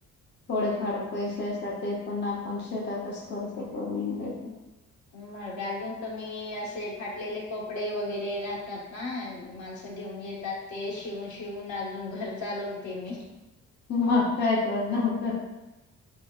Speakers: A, on the left; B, on the left.
A: थोडेफार पैसे असत्यात, ते पण आपण शेतातच खर्च करून घेतो.
B: मग अजून तूमी असे फाटलेले कपडे वगैरे राहतात ना माणसं घेऊन येतात, ते शिवून शिवून अजून घर चालवते मी.
A: मग काय करणार तर,